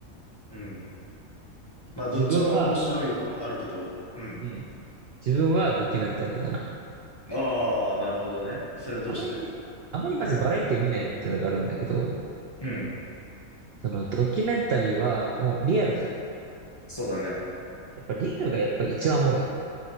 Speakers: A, on the left; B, on the right.
A: うん。まあ、どっちも面白いのあるけど、
B: 自分は、
A: うん。
B: うん、自分はドキュメンタリーだな。
A: ああ、なるほどね。それはどうして
B: あまりね、あまりまずバラエティを見ないっていうのがあるんだけど、
A: うん。うん。
B: そのドキュメンタリーはもうリアルじゃん。
A: そうだね。
B: やっぱリアルがやっぱ一番おもろい。